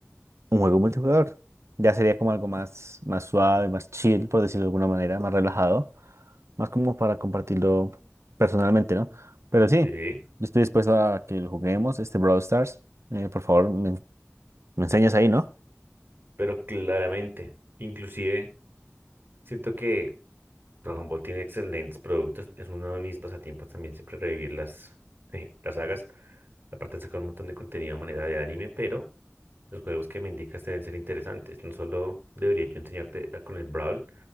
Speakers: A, on the right; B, on the right.
A: un juego multijugador. Ya sería como algo más, más suave, más chill, por decirlo de alguna manera, más relajado, más como para compartirlo personalmente, ¿no? Pero sí,
B: Sí,
A: yo estoy dispuesto a que lo juguemos, este Brawl Stars. Eh, por favor, me, me enseñas ahí, ¿no?
B: pero claramente, inclusive siento que Dragon Ball tiene excelentes productos. Es uno de mis pasatiempos también siempre revivir las, <laughs> las sagas. Aparte han sacado un montón de contenido a manera de anime, pero los juegos que me indicas deben ser interesantes. No solo debería yo enseñarte a- con el Brawl,